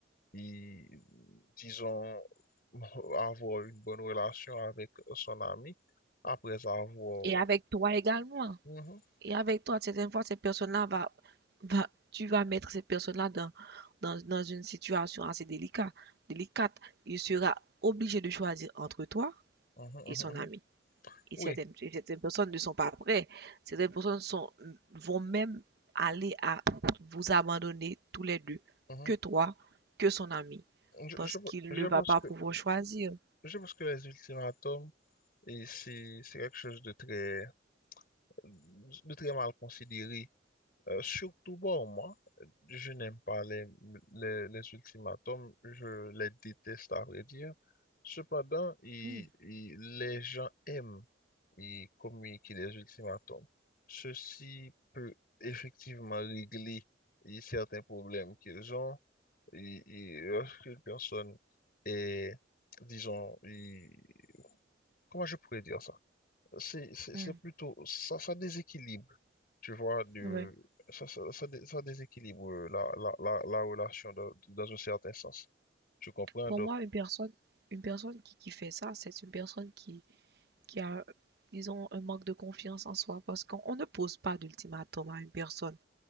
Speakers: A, on the left (about 50°); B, on the right (about 55°).
A: y- disons, <laughs> avoir une bonne relation avec son ami après avoir...
B: Et avec toi également.
A: Mhm.
B: Et avec toi, certaines fois, ces personnes-là va, va, tu vas mettre ces personnes-là dans, dans, dans une situation assez délicate, délicate. Il sera obligé de choisir entre toi
A: Mhm, mhm,
B: et son
A: mhm.
B: ami. Et
A: Oui,
B: certaines, et certaines personnes ne sont pas prêtes. Certaines personnes sont, vont même aller à vous abandonner tous les deux,
A: mhm.
B: que toi, que son ami,
A: Je,
B: parce
A: je,
B: qu'il
A: je
B: ne va
A: pense
B: pas
A: que,
B: pouvoir choisir.
A: je pense que les ultimatums, et c'est c'est quelque chose de très, de très mal considéré. Euh, surtout pour moi, je n'aime pas les, les, les ultimatums, je les déteste à vrai dire. Cependant, il-
B: Hmm,
A: il- les gens aiment et communiquer les ultimatums. Ceci peut effectivement régler et certains problèmes qu'ils ont. Et, et lorsqu'une personne est, disons, il- comment je pourrais dire ça? C'est, c'est,
B: hmm,
A: c'est plutôt, ça, ça déséquilibre, tu vois, de,
B: ouais.
A: ça, ça, ça, dé- ça déséquilibre la, la, la, la relation dans, dans un certain sens. Tu comprends?
B: Pour
A: Donc,
B: moi, une personne, une personne qui, qui fait ça, c'est une personne qui, qui a, disons, un manque de confiance en soi, parce qu'on on ne pose pas d'ultimatum à une personne.